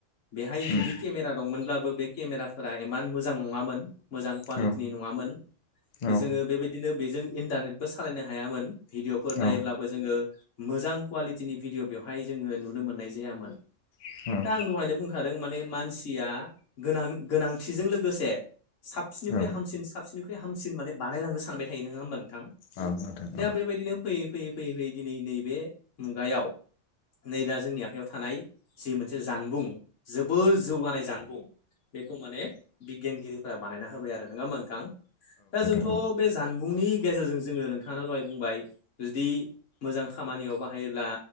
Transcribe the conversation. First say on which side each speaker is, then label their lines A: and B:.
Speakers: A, on the left; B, on the left.
A: बेहाय
B: उम
A: जुदि केमेरा दंमोनब्लाबो बे केमेराफोरा एमान मोजां नङामोन । मोजां कुवालिटिनि
B: औ
A: नङामोन
B: औ
A: जोङो बेबायदिनो बेजों इन्टारनेटबो सालायनो हायामोन । भिडिअ'फोर
B: औ
A: नायोब्लाबो जोङो मोजां कुवालि तिनि भिडिअ' बेवहाय जोङो नुनो मोननाय जायामोन
B: नोंथां
A: दा आं
B: औ
A: दहायनो बुंखा दों माने मानसिया गोनांथिजों लोगोसे साबसिननिख्रुइ
B: औ
A: हामसिन साबसिननिख्रुइ हामसिनान बानायलांनो सानबाय थायो नङा होमबा नों थां
B: औ नोंथां औ
A: दा
B: औ नोंथां औ
A: बेबायदिनो फैयै फैयै फैयै फैयै दिनै नैबे मुगायाव नै दा जोंनि आखाइयाव थानाय जि मोनसे जानबुं जोबोर जौगानाय जानबुं बेखौ माने बिगियानगिरि फोरा बानायना होबाय आरो नङा होमबा नोंथां दा जोंथ'
B: औ नोंथां उम औ नोंथां औ नोंथां औ नोंथां औ नोंथां औ
A: बे जान बुंनि गेजेरजों जोङो नोंथाङा दहाय बुंबाय जुदि मोजां खामानियाव बाहाय योब्ला